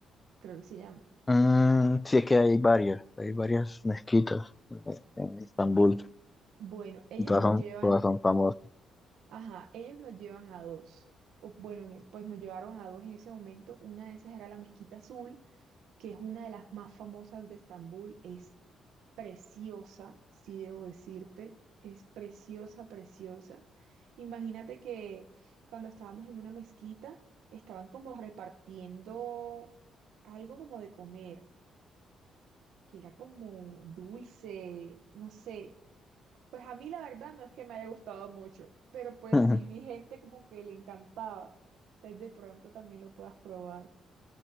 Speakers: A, on the right; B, on the left.
A: creo que se llama.
B: Mm, sí es que hay varias, hay varias mezquitas eh, en Estambul,
A: Bueno, ellos
B: y todas
A: nos
B: son,
A: llevan,
B: todas son famosas.
A: ajá, ellos nos llevan a dos. O, bueno, en es- pues nos llevaron a dos en ese momento. Una de esas era la mezquita azul que es una de las más famosas de Estambul, es preciosa, si debo decirte, es preciosa, preciosa. Imagínate que cuando estábamos en una mezquita, estaban como repartiendo algo como de comer, que era como dulce, no sé. Pues a mí la verdad no es que me haya gustado mucho, pero pues
B: <laughs>
A: sí vi gente como que le encantaba. Entonces de pronto también lo puedas probar.